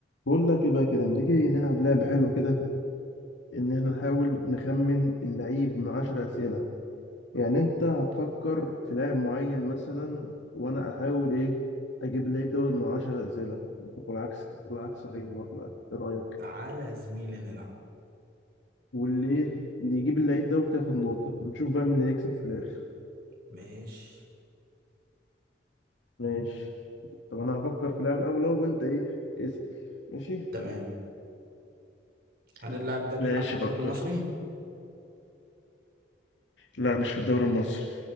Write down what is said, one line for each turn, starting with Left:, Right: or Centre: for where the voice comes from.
Left: بقول لك ايه بقى كده ما تيجي نلعب لعبة حلوة كده ان احنا نحاول نخمن اللعيب من عشر اسئلة يعني انت هتفكر في لاعب معين مثلا وانا احاول ايه اجيب اللعيب دوت من عشر اسئلة والعكس والعكس صحيح برضه يعني. ايه رأيك
Right: تعالى يا زميلي نلعب
Left: واللي ايه اللي يجيب اللعيب دوت ياخد نقطة ونشوف بقى مين اللي هيكسب في الاخر
Right: ماشي
Left: ماشي طب انا هفكر في لاعب الاول اهو وانت ايه اسأل ماشي
Right: تمام هل اللاعب ده بيلعب
Left: ماشي
Right: في الدوري
Left: فكر
Right: المصري؟
Left: لا مش في الدوري المصري